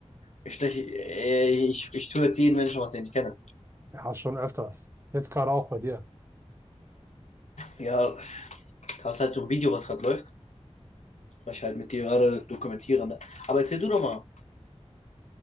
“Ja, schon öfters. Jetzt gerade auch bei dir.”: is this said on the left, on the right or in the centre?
Right